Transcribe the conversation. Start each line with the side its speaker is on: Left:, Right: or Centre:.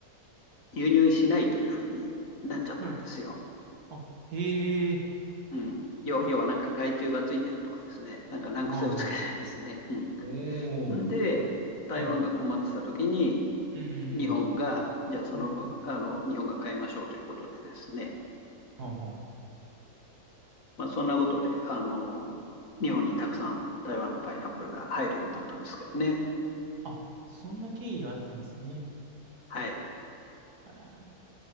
Left: 輸入しないというふうになっちゃったんですよ。
Right: はい。あ、へえ。
Left: うん、
Right: <laughs>
Left: 要要はなんか害虫がついてるとかですね、なんか難癖をつけてですね。
Right: はあはあ。おお。
Left: うん、で、台湾が困ってた時に、
Right: はい。うん。
Left: 日本が、じゃあその分、
Right: うんうん。
Left: あの日本が買いましょうということでですね、
Right: はあは
Left: まあ、そんなことであの、日本にたくさん台湾のパイナップルが入るようになったんですけどね。
Right: あ。あ、そんな経緯があったんですね。
Left: はい。
Right: はい。